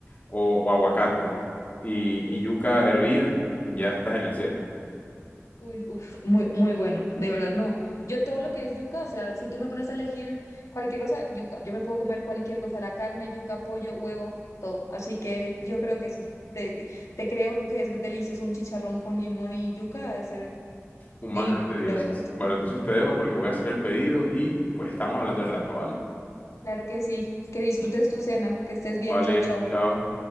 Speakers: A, on the left; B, on the left.
A: o, o aguacate y,
B: Uf.
A: y yuca hervida, ya estás en el cielo.
B: Uy, uf. Muy, muy bueno. De verdad, no. Yo todo lo que es yuca, o sea, si tú me pones a elegir cualquier cosa, yuca. Yo me puedo comer cualquier cosa, la carne, yuca, pollo, huevo, todo. Así que yo creo que sí. Te, te creo que es delicioso un chicharrón con limón y yuca, ha de ser
A: Un
B: divino,
A: manjar de dioses.
B: de verdad.
A: Bueno, entonces te dejo porque voy a hacer el pedido y pues estamos hablando al rato, ¿vale?
B: Claro que sí. Que disfrutes tu cena. Que estés bien.
A: Vale,
B: Chao, chao.
A: chao.